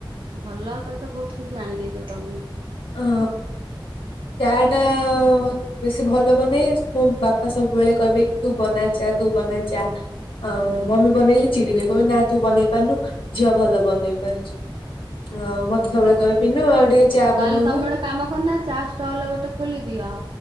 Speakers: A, on the right; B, on the left.
A: ଭଲ ଆଉ ତାହେଲେ ତ ବହୁତ କିଛି ଜାଣିଦେଇଛ ତମେ
B: ହଁ ଚା ଟା ବେଶୀ ଭଲ ବନେଇ ମୋ ବାପା ସବୁବେଳେ କହିବେ କି ତୁ ବନା ଚା ତୁ ବନାେଇ ଚା ଆଉ ମମି ବନେଇଲେଲି ଚିଡିବେ କହିବେ ନା ତୁ ବନେଇ ପାରୁନୁ ଝିଅ ଭଲ ବନେଇ ପାରୁଚି ହଉ ମତେ ସବୁବେଳେ କହେ ବିନୁ ଆଉ ଟିକେ ଚା
A: ତାହେଲେ
B: ବନଉନୁ
A: ତମେ ଗୋଟେ କାମ କରନ ଚା ଷ୍ଟଲ ଗୋଟେ ଖୋଲି ଦିଅ